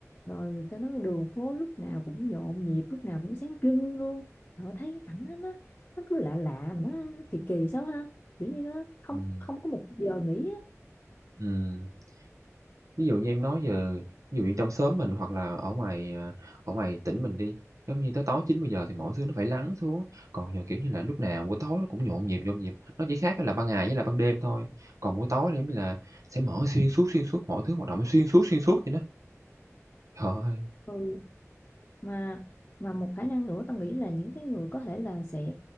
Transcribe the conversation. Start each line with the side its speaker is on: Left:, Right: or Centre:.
Left: rồi tao nói đường phố lúc nào cũng nhộn nhịp lúc nào cũng sáng trưng luôn rồi thấy cái cảnh đó, nó nó cứ lạ lạ mà nó kỳ kỳ sao ha kiểu như nó không
Right: Ừm.
Left: không có một giờ nghỉ á
Right: Ừm, ví dụ như em nói giờ ví dụ như trong xóm mình hoặc là ở ngoài, à, ở ngoài tỉnh mình đi, giống như tới tối 900 giờ thì mọi thứ nó phải lắng xuống, còn giờ, kiểu như là, lúc nào buổi tối nó cũng nhộn nhịp, nhộn nhịp, nó chỉ khác là ban ngày với là ban đêm thôi, còn buổi tối thì giống như là sẽ mở xuyên suốt, xuyên suốt, mọi thứ hoạt động xuyên suốt, xuyên suốt vậy đó. Trời ơi!
Left: ừ mà mà một khả năng nữa tao nghĩ là những cái người có thể là sẽ